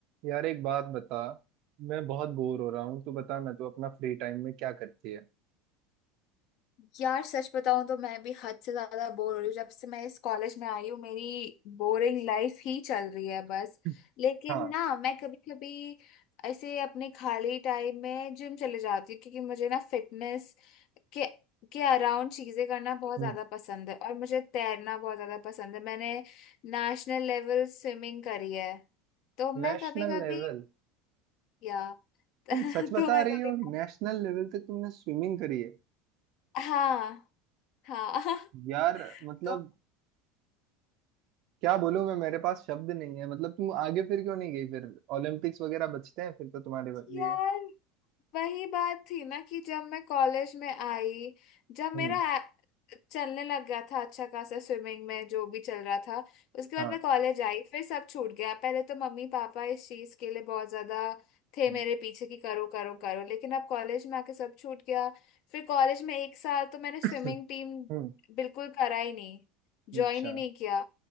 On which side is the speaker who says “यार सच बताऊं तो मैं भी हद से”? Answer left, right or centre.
Left